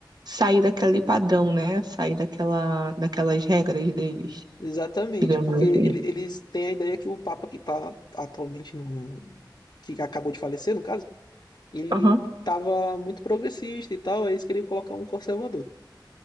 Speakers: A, on the right; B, on the left.
A: sair daquele padrão, né? Sair daquela, daquelas regras deles,
B: Exatamente,
A: digamos
B: porque
A: assim.
B: ele- eles têm a ideia que o Papa que está atualmente no. que acabou de falecer, no caso, ele
A: Aham.
B: estava muito progressista e tal, aí eles queriam colocar um conservador.